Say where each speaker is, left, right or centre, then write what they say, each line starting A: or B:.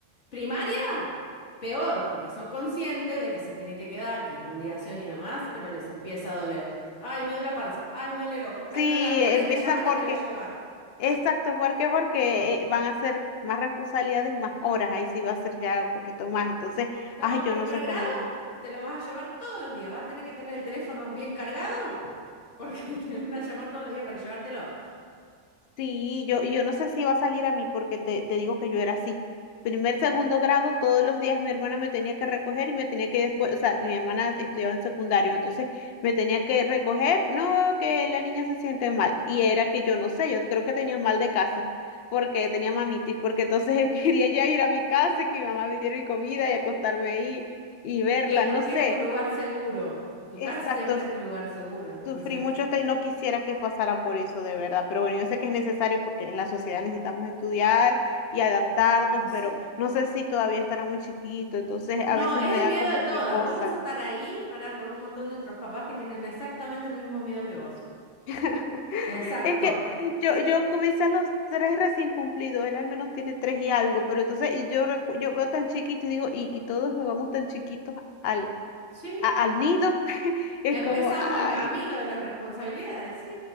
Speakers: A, on the left; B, on the left.
A: Primaria, peor, porque son conscientes de que se tienen que quedar, que es la obligación y demás, pero les empieza a doler. Ay, me duele la panza, ay, me duele el ojo,
B: Sí,
A: ay, me duele la pierna
B: empiezan
A: y te llaman
B: porque,
A: y te lo llevas.
B: exacto, ¿por qué? Porque eh, van a ser más responsabilidades y más horas, ahí sí va a ser ya un poquito más. Entonces,
A: No,
B: ay, yo
A: primer
B: no sé
A: grado,
B: cómo,
A: te lo vas a llevar todos los días, vas a tener que tener el teléfono bien cargado porque <laughs> te van a llamar todos los días para llevártelo.
B: Sí, yo, yo no sé si va a salir a mí porque te, te digo que yo era así. Primer, segundo grado, todos los días mi hermana me tenía que recoger y me tenía que después, o sea, mi hermana estudiaba en secundario, entonces me tenía que recoger, no, que la niña se siente mal. Y era que yo no sé, yo creo que tenía mal de casa porque tenía mamitis, porque entonces yo <laughs> quería ya ir a mi casa y que mi mamá me diera mi comida y acostarme ahí y verla,
A: Y porque
B: no sé.
A: es tu lugar seguro. Tu casa
B: Exacto,
A: siempre es tu lugar seguro. Entonces,
B: Sufrí mucho esto y no quisiera que pasara por eso, de verdad. Pero bueno, yo sé que es necesario porque en la sociedad necesitamos estudiar y adaptarnos,
A: Y sí.
B: pero no sé si todavía estará muy chiquito, entonces
A: no,
B: a veces
A: es
B: me da
A: el miedo
B: como
A: de todas.
B: que cosa.
A: Vos vas a estar ahí para con un montón de otros papás que tienen exactamente el mismo miedo que vos.
B: <laughs>
A: Exacto.
B: Es que yo, yo comencé a los tres recién cumplidos, él al menos tiene tres y algo, pero entonces y yo, recu- yo veo tan chiquito y digo, y, y todos nos vamos tan chiquitos al,
A: Sí.
B: a- al nido. <laughs> Es
A: Empezamos
B: como, ay.
A: el camino de las responsabilidades, sí.